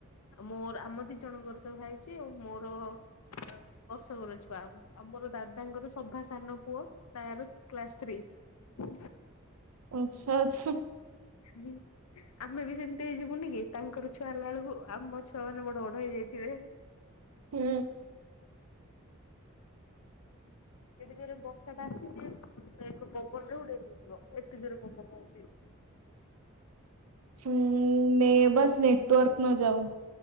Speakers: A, on the left; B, on the right.
A: ମୋର ଆମ ଦି ଜଣଙ୍କର ତ ଭାଇଛି ଆ ମୋର ଦର୍ଶକର ଛୁଆ ଆ ମୋର ଦାଦାଙ୍କର ସଭା ସାନ ପୁଅ ତାର କ୍ଲାସ ଥ୍ରୀ। ହୁଁ।
B: ଆଛାଛା।
A: ହୁଁ ଆମେ ବି ସେମିତି ହେଇ ଯିବୁନି କି ତାଙ୍କର ଛୁଆ ହେଲା ବେଳକୁ ଆମ ଛୁଆ ମାନେ ବଡ ବଡ ହେଇଯାଇଥିବେ।
B: ହୁଁ।
A: ଏଠି ଜୋରେ ବର୍ଷାଟା ଆସିଛି ଏକ ପବନରେ ଉଡେଇ ନେଇଯିବ ଏତେ ଜୋର ପବନ ହଉଛି।
B: ହୁଁ ନେ ବସ୍ ନେଟୱାର୍କ ନ ଯାଉ।